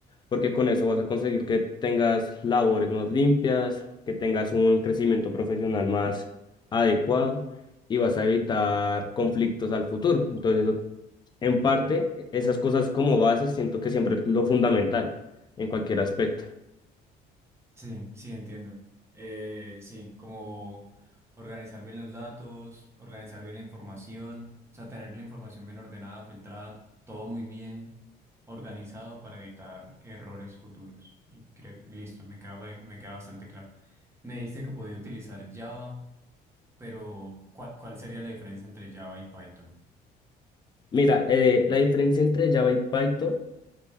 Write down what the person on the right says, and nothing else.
Sí, sí, entiendo. Eh, sí, como organizar bien los datos, organizar bien la información, o sea, tener la información bien ordenada, filtrada, todo muy bien organizado para evitar errores futuros. Y creo, listo, me queda, ba- me queda bastante claro. Me dijiste que podía utilizar Java, pero ¿cuál, cuál sería la diferencia entre Java y Python?